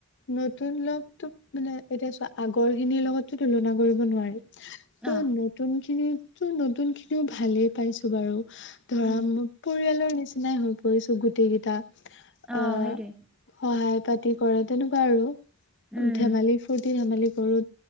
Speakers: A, on the left; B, in the centre.
A: নতুন লগতো, মানে এতিয়া চোৱা, আগৰ খিনিৰ লগতো তুলনা কৰিব নোৱাৰি। ত'
B: অ
A: নতুন খিনিত টো, নতুন খিনিও ভালেই পাইছো বাৰু। ধৰা
B: উম
A: মোক পৰিয়ালৰ নিচিনাই হৈ পৰিছো, গোটেই কেইটা।
B: অ',
A: আহ
B: সেইটোৱেই।
A: সহায় পাতি কৰা, তেনেকুৱা আৰু।
B: উম
A: ধেমালি ফূুৰ্তি ধেমালি কৰো,